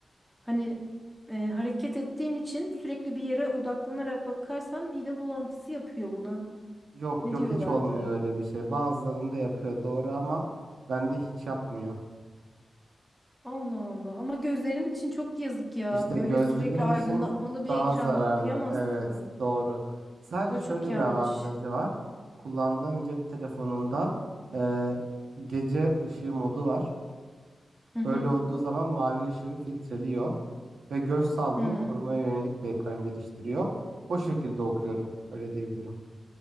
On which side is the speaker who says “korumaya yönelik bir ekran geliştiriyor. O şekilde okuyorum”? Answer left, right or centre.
Right